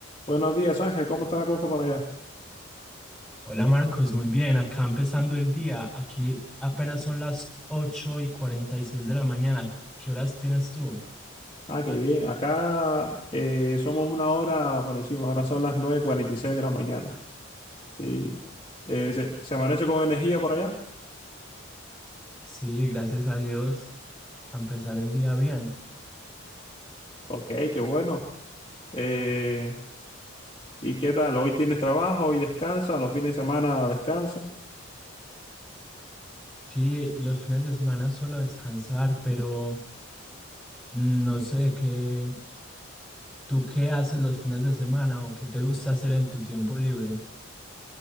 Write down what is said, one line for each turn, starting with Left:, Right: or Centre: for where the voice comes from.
Left: Buenos días, Ángel. ¿Cómo está la cosa por allá?
Centre: Hola Marcos, muy bien, acá empezando el día. Aquí apenas son las 8 y 46 de la mañana. ¿Qué horas tienes tú?
Left: Ah, qué bien. Acá eh, somos una hora por encima. Ahora son las 9.46 de la mañana. Sí. Eh, ¿se, se amanece con energía por allá?
Centre: Sí, gracias a Dios, a empezar el día bien.
Left: Ok, qué bueno. Eh, ¿y qué tal? ¿Hoy tienes trabajo? ¿Hoy descansa? ¿Los fines de semana descansa?
Centre: Sí, los fines de semana suelo descansar, pero mm, no sé qué, ¿tú qué haces los fines de semana o qué te gusta hacer en tu tiempo libre?